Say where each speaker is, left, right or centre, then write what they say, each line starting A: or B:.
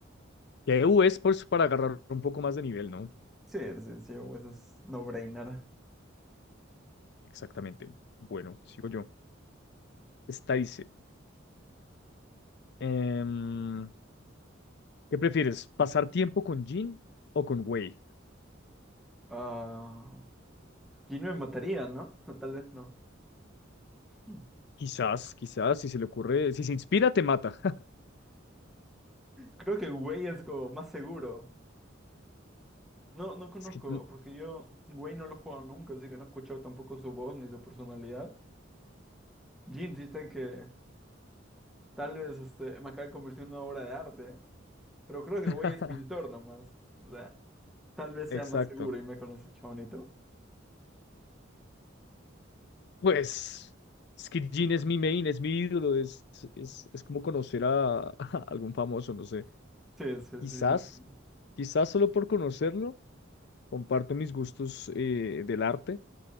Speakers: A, on the left; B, in the centre.
A: que EWES por, su- para agarrar un poco más de nivel, ¿no?
B: sí, sí, sí, West es no-brainer.
A: Exactamente. Bueno, sigo yo. Esta dice, em, ¿qué prefieres? ¿Pasar tiempo con Jin o con Wei?
B: Ah, Jin me mataría, ¿no? <laughs> Tal vez no. Hmm.
A: Quizás, quizás, si se le ocurre, si se inspira, te mata.
B: Creo que Way es como más seguro. No, no conozco,
A: Es que-
B: porque yo, Wayne no lo he jugado nunca, así que no he escuchado tampoco su voz ni su personalidad. Jin insiste que tal vez este, me acabe convirtiendo en una obra de arte, pero creo que
A: <laughs>
B: Wayne es pintor nomás. O sea, tal vez
A: Exacto.
B: sea más seguro irme con ese chabonito.
A: Pues Skid Gene es mi main, es mi ídolo, es, es, es como conocer a, <laughs> a algún famoso, no sé.
B: Sí, sí,
A: Quizás,
B: sí. sí.
A: quizás solo por conocerlo, comparto mis gustos eh, del arte